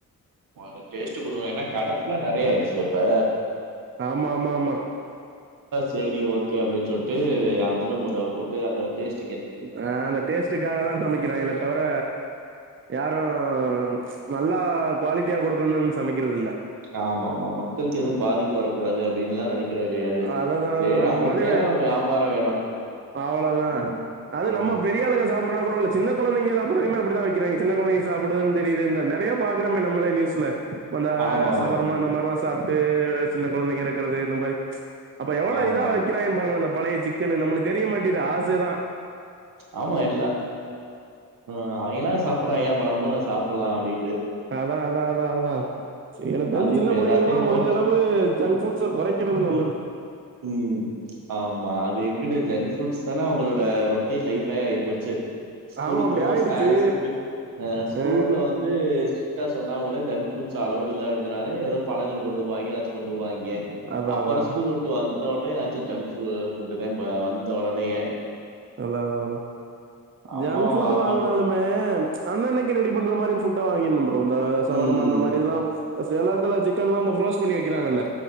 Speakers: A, on the right; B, on the right.
A: அத டேஸ்ட்டு குடுக்கன் ஏன்னா கட ஃபுல்லா நெறைய ஆயிடுச்சுல்ல இப்ப
B: ஆமா ஆமா ஆமா
A: சேரி ஓகே அப்பிடின்னு சொல்ட்டு அஜினோ மோட்டாவ போட்டு அந்த டேஸ்ட்
B: அஹ் அந்த டேஸ்ட்டுக்காக தா சமக்கிறேனே தவிர யாரும் நல்லா குவாலிட்டியா குடுக்கணும்னு சமைக்கிறது இல்ல
A: ஆமா ஆமா மக்களுக்கு எதும் பாதிப்பு வரக்கூடாது அப்பிடின்ல்லாம் நெனக் கிறது கெடையாது
B: அதுதான்
A: சேரி
B: அதுதான்
A: நமக்குத்
B: இப்போ பார்த்தீங்கன்னா
A: தேவ நம்ம வியாபார வேணும்
B: அவ்ளோதா
A: ம்.
B: அது
A: ம்.
B: நம்ம பெரியாளுங்க சாப்ட்றனா <inaudible> சின்ன கொழந்தைங்க சாப்டறதயுமே அப்டிதா விக்கிறாய்ங்க சின்ன கொழந்தைங்க சாப்ட்றதுன்னு தெரியுது இந்த நெறைய பாக்குறமே நம்மலே நியூஸ்ல இப்ப அந்த
A: ஆமா
B: ஷவர்மா
A: ஆமா.
B: இந்த மாரிலா சாப்ட்டு சின்ன கொழந்தைங்க எறக்குறது இந்த மாரி அப்ப எவ்வளோ
A: ஆமா,
B: இதா
A: ஆமா.
B: வக்கிறாங்கன்னு பாருங்க அந்த பழைய சிக்கனு நம்மளுக் தெரிய மாட்டேது ஆசதா
A: ஆமா எல்ல ஆஹ் அவெய்ங்கெல்லா சாப்டுறாய்ங்க அப்ப நம்பளு அது சாப்ட்லா அப்டின்
B: அதா அதா அதா அதா சே
A: ம்.
B: எனக்கு தெரிஞ்ச
A: அது
B: சின்னப்
A: இப்ப
B: பிள்ளைங்களுக்கெல்லா
A: எல்லாத்தையும்
B: முடிஞ்ச
A: போட்
B: அளவு ஜங்க் ஃபுட்ஸ கொறைக்கிறது நல்லது
A: உம் ஆமா அத் எங்கிட்டு ஜங்க் ஃப்ரூட்ஸ் தானே அவங்களோட ரொட்டீன் லைஃபே ஆயி போச்சு ஸ்கூலுக்கு
B: ஆமா அப்டி
A: போகும்போது
B: ஆயிடுச்சு
A: ஸ்நாக்ஸு இருக்கு அ ஸ்கூல்ல
B: ஆ
A: வந்து ஸ்ட்ரிக்ட்டா சொன்னா கூட ஜங்க்ஃபுட்ஸ் அலவ்டு இல்ல அப்படின்னு சொன்னாளே ஏதோ பழங்கள் கொண்டு போவாய்ங்க எதாச்சு கொண்டுபோவாய்ங் யே
B: அதா
A: அப்பற
B: அதா
A: ஸ்கூல் விட் வந்த ஒடனே ஏதாச்சு ஜங்க்ஃபு ஃபுட்டு தா வந்த ஒடனேயே
B: அதா அதா அதா
A: அம்மா
B: ஜங்க் ஃபுட்
A: ஆமா.
B: வாங்குனாலுமே அன்னன்னைக்கு ரெடி பண்ற மாதிரி ஃபுட்டா வாங்கிடனும் போ இப்ப இந்த சவர்மா
A: ம்.
B: அந்த மாதிரி இதெல்லா செல எடத்துல சிக்கன்ல்லா அந்த ஃப்ரோஸ் பண்ணி விக்கிறாங்கல்ல